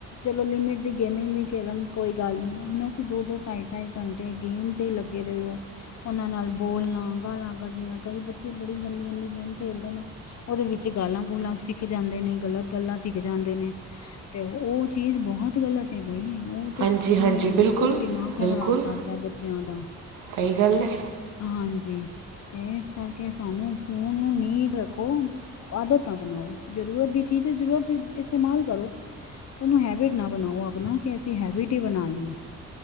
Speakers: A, on the left; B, on the right.
A: ਚਲੋ ਲਿਮਿਟ ਦੀ ਗੇਮਿੰਗ ਵੀ ਖੇਲਣ ਕੋਈ ਗੱਲ ਨੀ ਹੁਣ ਅਸੀ ਦੋ-ਦੋ, ਢਾਈ-ਢਾਈ ਘੰਟੇ ਗੇਮ ਤੇ ਲੱਗੇ ਰਹੇ ਹੋ ੳਨਾ ਨਾਲ ਬੋਲਣਾ, ਗਾਲਾਂ ਕਢਨੀਆਂ, ਕਈ ਬੱਚੇ ਬੜੀ ਗੰਦੀ- ਗੰਦੀ ਗੇਮ ਖੇਲਦੇ ਨੇ। ੳਦੇ ਵਿੱਚ ਗਾਲਾਂ ਗੂਲਾਂ ਸਿਖ ਜਾਂਦੇ ਨੇ, ਗਲਤ ਗੱਲਾਂ ਸਿਖ ਜਾਂਦੇ ਨੇ ਤੇ ੳਹ ਚੀਜ ਬੋਹਤ ਗਲਤ ਤੇ ਬਈ ਉਹ ਤੇ
B: ਹਾਂਜੀ
A: ਫੋਨ
B: ਹਾਂਜੀ
A: ਨੇ ਬਿਲਕੁਲ ਈ ਦਿਮਾਗ ਖ਼ਰਾਬ
B: ਬਿਲਕੁਲ
A: ਕਰਤਾ ਐ ਬੱਚੇਆਂ ਦਾ।
B: ਸਹੀ ਗੱਲ ਐ।
A: ਹਾਂਜੀ ਤੇ ਏਸ ਕਰਕੇ ਸਾਨੂੰ ਫੋਨ ਨੂੰ ਨੀਡ ਰੱਖੋ ਆਦਤ ਨਾ ਬਨਾਓ। ਜਰੂਰਤ ਦੀ ਚੀਜ਼ ਹੈ ਜਰੂਰਤ ਇਸਤੇਮਾਲ ਕਰੋ ੳਨੂੰ ਹੈਬਿਟ ਨਾ ਬਨਾਓ ਅਪਨਾ ਕਿ ਅਸੀ ਹੈਬਿਟ ਹੀ ਬਨਾ ਲਈਏ।